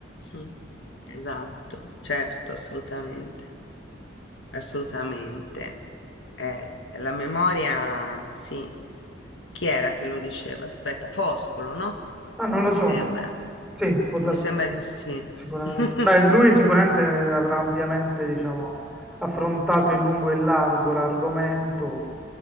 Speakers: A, on the left (about 70°); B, in the centre.
A: mm. Esatto, certo, assolutamente. Assolutamente. Eh, la memoria, sì. Chi era che lo diceva? Aspetta, Foscolo, no?
B: Ah, non lo
A: Mi
B: so.
A: sembra.
B: Sì, può darsi
A: Mi sembra di sì.
B: sicuramente.
A: <laughs>
B: Beh, lui sicuramente avrà ampiamente, diciamo, affrontato in lungo e in largo l'argomento.